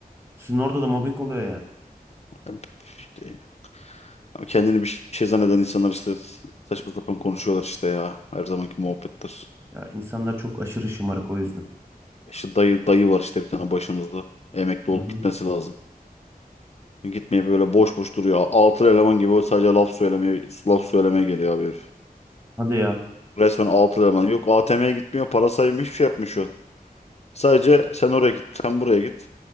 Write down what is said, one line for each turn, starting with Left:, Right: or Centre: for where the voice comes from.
Right: Sizin orada da mobbing oluyor yani.
Left: e, işte, kendini bir şey zanneden insanlar işte saçma sapan konuşuyorlar işte ya. Her zamanki muhabbettir.
Right: Ya insanlar çok aşırı şımarık o yüzden.
Left: İşte dayı, dayı var işte bir tane başımızda. Emekli
Right: Hı
Left: olup
Right: hı.
Left: gitmesi lazım. Gitmeye böyle boş boş duruyor. Altı eleman gibi böyle sadece laf söylemeye, laf söylemeye geliyor abi herif.
Right: Hadi ya.
Left: Resmen 6 eleman. Yok ATM'ye gitmiyor. Para saymış hiçbir şey yapmıyor Sadece sen oraya git. Sen buraya git.